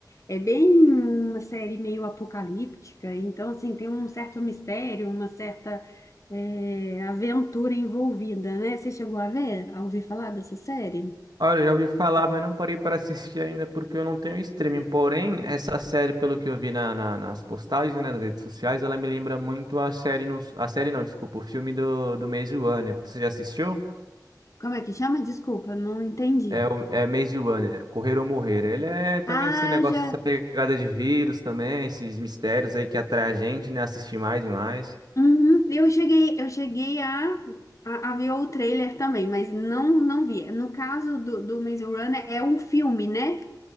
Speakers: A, on the left; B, on the right.
A: É bem uma série meio apocalíptica, então assim, tem um certo mistério, uma certa é, aventura envolvida, né? Você chegou a ver, a ouvir falar dessa série?
B: Olha, já ouvi falar, mas não parei para assistir ainda porque eu não tenho streaming. Porém, essa série, pelo que eu vi na, na- nas postagens, né, nas redes sociais, ela me lembra muito a série, no, a série não, desculpa, o filme do, do Maze Runner. Você já assistiu?
A: Como é que chama? Desculpa, não entendi.
B: É, o- é Maze Runner, Correr ou Morrer. Ele é também
A: Ah,
B: esse negócio,
A: já
B: essa pegada de vírus também, esses mistérios aí que atrai a gente, né, assistir mais e mais.
A: Uhum. Eu cheguei, eu cheguei a, a, a ver o trailer também, mas não, não vi. No caso do, do Maze Runner, é um filme, né?